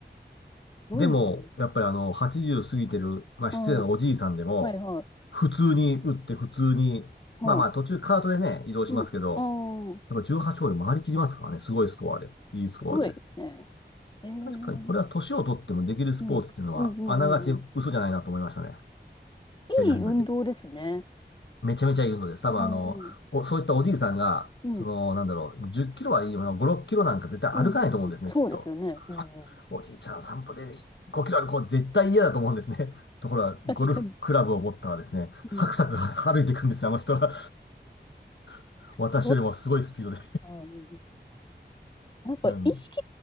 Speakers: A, on the left; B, on the left.
A: ごいな。
B: でも、
A: <laughs>
B: やっぱりあの、80過ぎてる、まあ失礼なおじいさんでも、
A: ああ、はいはい。
B: 普通に打って普通に、
A: はあ、
B: まあまあ途中カートでね、移動しますけど、
A: うん。ああ、
B: やっぱ18ホール回りきりますからね。すごいスコアで。いいスコアで。
A: すごいですね。ええう
B: 確かにこれは年を取ってもできるスポーツっていうのは、
A: ん。うんうんうんうん。
B: あながち嘘じゃないなと思いましたね。やり始めて。
A: いい運動ですね。
B: めちゃめちゃいい運動です。多分あの、
A: ああ、うん。
B: お、そういったおじいさんが、
A: うん
B: その、なんだろう、10キロはいい、あの5、6キロなんか絶対歩かないと思うんですね、
A: うんうん。そうですよね。
B: きっと。
A: うんうん。
B: おじいちゃん散歩で5キロ歩こう絶対嫌だと思うんですね。<laughs> ところが、
A: 確かに。
B: ゴルフクラブを持ったらですね、サクサク歩いていくんですよ、
A: うん。
B: あの人は。<laughs> 私よりもすごいスピードで。
A: すごい。うんうんうん。やっぱ意識
B: <laughs> なんで。